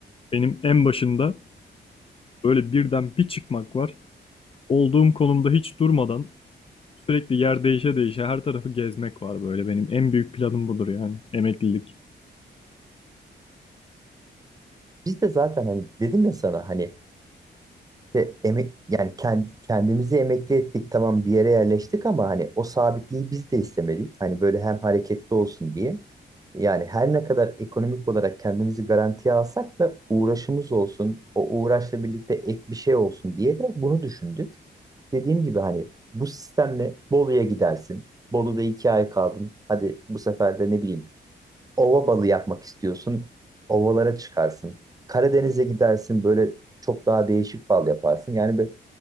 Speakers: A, on the left (about 30°); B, on the right (about 20°).
A: Benim en başında böyle birden bir çıkmak var olduğum konumda hiç durmadan sürekli yer değişe değişe her tarafı gezmek var böyle benim en büyük planım budur yani emeklilik.
B: Biz de zaten hani dedim ya sana hani de emek yani kend, kendimizi emekli ettik tamam bir yere yerleştik ama hani o sabitliği biz de istemedik. Hani böyle hem hareketli olsun diye. Yani her ne kadar ekonomik olarak kendimizi garantiye alsak da uğraşımız olsun, o uğraşla birlikte ek bir şey olsun diye de bunu düşündük. Dediğim gibi hani bu sistemle Bolu'ya gidersin. Bolu'da iki ay kaldın. Hadi bu sefer de ne bileyim ova balı yapmak istiyorsun. Ovalara çıkarsın. Karadeniz'e gidersin böyle çok daha değişik bal yaparsın. Yani bir,